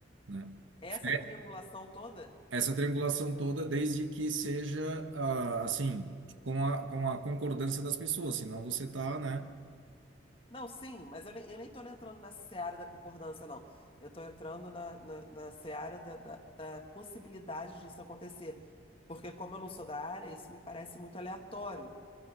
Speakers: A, on the right; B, on the left.
A: né?
B: Essa
A: É,
B: triangulação toda?
A: Essa triangulação toda, desde que seja ah, assim, com a, com a concordância das pessoas, senão você tá, né?
B: Não, sim, mas eu nem, eu nem tô entrando nessa seara da concordância, não. Eu tô entrando na, na, na seara da, da, da possibilidade disso acontecer. Porque como eu não sou da área, isso me parece muito aleatório.